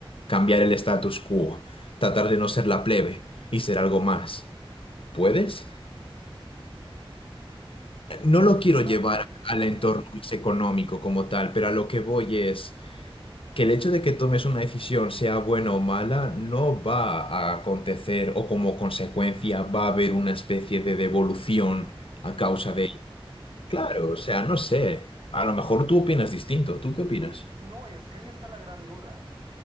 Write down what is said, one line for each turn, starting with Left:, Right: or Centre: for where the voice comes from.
Left: cambiar el status quo, tratar de no ser la plebe y ser algo más. ¿Puedes? No lo quiero
Right: Bueno,
Left: llevar al
Right: ujú,
Left: entorno más económico como tal, pero a lo que voy es que el hecho de que tomes una decisión, sea buena o mala, no va a acontecer o como consecuencia va a haber una especie de devolución a causa
Right: directa.
Left: de
Right: ujú.
Left: Claro, o sea, no sé. A lo mejor tú opinas distinto. ¿Tú qué opinas?
Right: No, es que ahí está la gran duda.